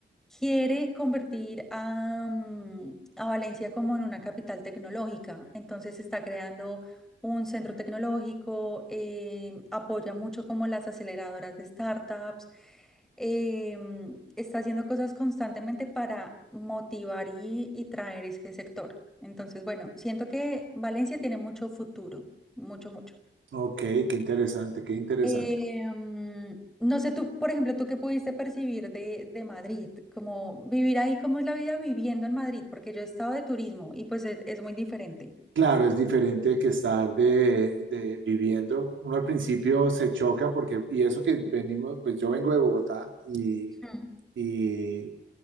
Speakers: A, in the centre; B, on the right.
A: quiere convertir a, mm, a Valencia como en una capital tecnológica. Entonces está creando un centro tecnológico, eh, apoya mucho como las aceleradoras de startups, eh, está haciendo cosas constantemente para motivar y, y traer ese sector. Entonces, bueno, siento que Valencia tiene mucho futuro, mucho, mucho.
B: ok, qué interesante, qué interesante.
A: Em, no sé, tú, por ejemplo, tú qué pudiste percibir de, de Madrid, como vivir ahí, cómo es la vida viviendo en Madrid, porque yo he estado de turismo y pues es, es muy diferente.
B: Claro, es diferente que estar de, de viviendo. Uno al principio se choca porque, y eso que venimos, pues yo vengo de Bogotá y,
A: Mm.
B: y,